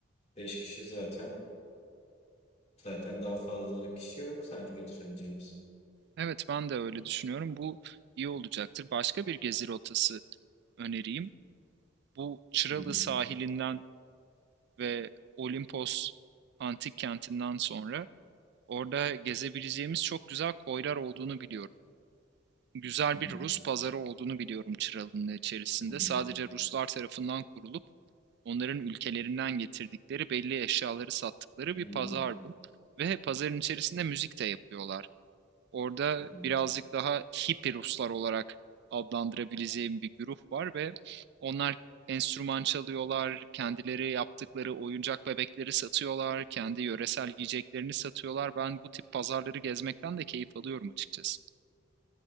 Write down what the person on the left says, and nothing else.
5 kişi zaten Zaten daha fazla kişi yok sanki götürebileceğimiz.
Hı hı,
hı hı,
hı hı,
hımm,
hı hı.